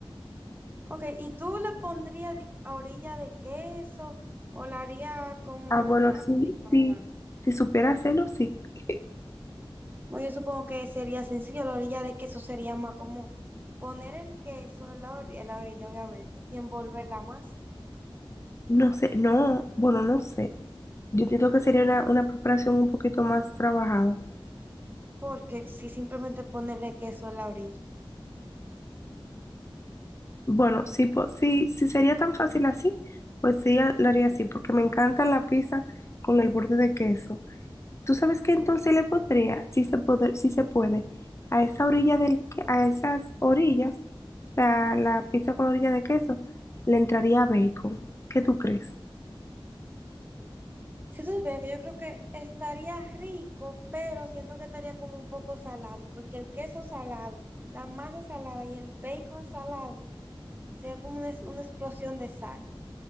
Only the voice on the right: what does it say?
Ok, ¿y tú le pondrías di- a orilla de queso o la haría como
así
normal?
Bueno, yo supongo que sería sencillo, la orilla de queso sería más como poner el queso en la, or- en la orilla, obviamente, y envolverla más,
porque si simplemente ponerle queso en la orilla.
Si tú supieras que yo creo que estaría rico, pero siento que estaría como un poco salado, porque el queso salado, la masa salada y el bacon salado, sería como una, una explosión de sal.